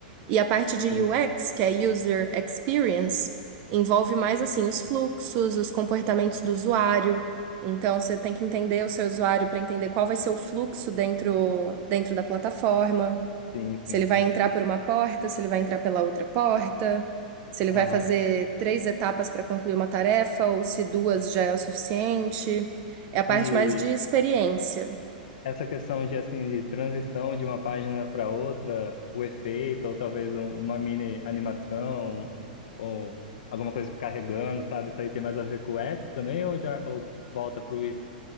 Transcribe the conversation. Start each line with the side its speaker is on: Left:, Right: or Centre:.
Right: E a parte de
Left: sim,
Right: UX, que é User Experience, envolve mais assim os fluxos, os comportamentos do usuário. Então você tem que entender o seu usuário para entender qual vai ser o fluxo dentro dentro da plataforma.
Left: sim,
Right: Se
Left: sim.
Right: ele vai entrar por uma porta, se ele vai entrar pela outra porta, se ele
Left: Aham.
Right: vai fazer três etapas para concluir uma tarefa ou se duas já é o suficiente. É a parte
Left: E
Right: mais de experiência.
Left: essa questão de assim de transição de uma página para outra, o efeito, ou talvez um- uma mini animação, ou alguma coisa carregando, sabe? Isso aí tem mais a ver com o X também, ou já ou volta para o I.